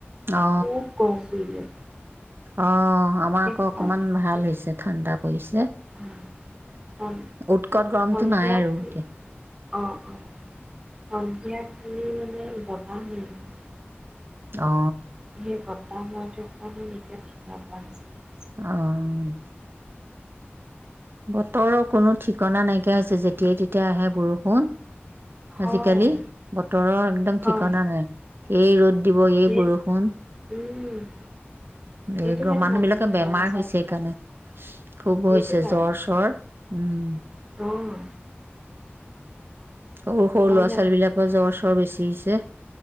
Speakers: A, on the right; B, on the right.
A: অ
B: খুব কম <unintelligible>
A: অ', আমাৰ আকৌ
B: সন্ধি
A: অকণমান ভাল হৈছে, ঠাণ্ডা পৰিছে।
B: অ', সন
A: উৎকট গৰমটো
B: সন্ধিয়া
A: নাই আৰু
B: খালি
A: এ
B: অঁ অঁ সন্ধিয়া খালি, মানে, বতাহ মাৰিলে
A: অ
B: সেই বতাহ মাৰা অকণমানকে ঠাণ্ডা পৰা হৈছে
A: অ'। বতৰৰ কোনো ঠিকনা নাইকিয়া হৈছে। যেতিয়াই-তেতিয়াই আহে বৰষুণ
B: হয়
A: আজিকালি, বতৰৰ একদম
B: হয়
A: ঠিকনা নাই। এই ৰ'দ দিব।
B: সেই
A: এই বৰষুণ,
B: উম সেইটো
A: এই
B: কাৰণে
A: মানুহবিলাকে
B: মানুহৰ
A: বেমাৰ
B: আজাৰবিলাক
A: হৈছে। সেইকাৰণে, খুব
B: সেইটো
A: হৈছে
B: কাৰণে
A: জ্বৰ-চ্বৰ।
B: সেইটো
A: উম।
B: কাৰণে অঁ
A: সৰু-সৰু
B: তাৰমানে
A: ল'ৰা-ছোৱালীবিলাকৰ জ্বৰ-চ্বৰ বেছি হৈছে